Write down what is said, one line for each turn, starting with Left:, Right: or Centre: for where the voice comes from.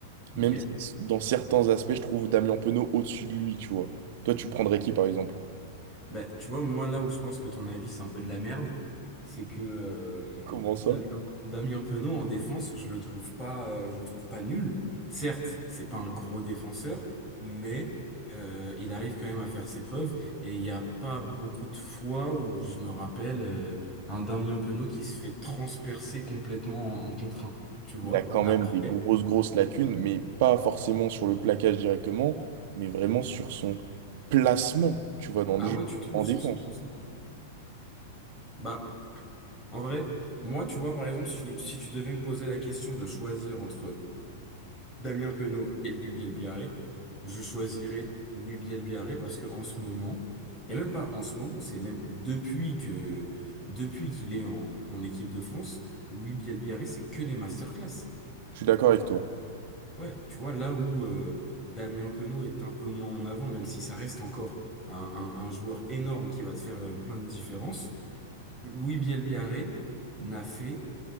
Right: même
Left: Ok.
Right: si dans certains aspects, je trouve Damien Penaud au-dessus de lui, tu vois. Toi, tu prendrais qui, par exemple?
Left: Bah, tu vois, moi, là où je pense que ton avis, c'est un peu de la merde, c'est que euh,
Right: Comment ça?
Left: Damien, Damien Penaud, en défense, je le trouve pas, euh, je le trouve pas nul. Certes, c'est pas un gros défenseur, mais euh, il arrive quand même à faire ses preuves. Et il n'y a pas beaucoup de fois où je me rappelle euh, un Damien Penaud qui se fait transpercer complètement en, en contre un, tu vois.
Right: Il a quand
Left: Après,
Right: même des grosses, grosses lacunes, mais pas forcément sur le plaquage directement, mais vraiment sur son placement, tu vois, dans le
Left: ah
Right: jeu,
Left: ouais, tu trouves
Right: en
Left: sur
Right: défense.
Left: son placement? Bah, en vrai, moi, tu vois, par exemple, si tu si tu devais me poser la question de choisir entre Damien Penaud et Louis Bielbiarré, je choisirais Louis Bielbiarré parce que en ce moment, et même pas en ce moment, c'est même depuis que depuis qu'il est en, en équipe de France, Louis Bielbiarré, c'est que des masterclass.
Right: Je suis d'accord avec toi.
Left: Ouais, tu vois, là où euh, Damien Penaud est un peu moins en avant, même si ça reste encore un, un- un joueur énorme qui va te faire euh, plein de différences, Louis Bielbiarré n'a fait